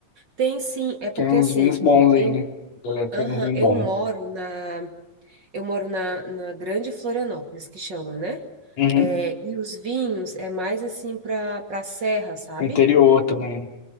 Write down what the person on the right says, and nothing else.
Tem sim, é porque
assim,
eu,
aham,
eu
moro na Eu moro na, na Grande Florianópolis, que chama, né?
É, e os vinhos é mais assim para para serra, sabe?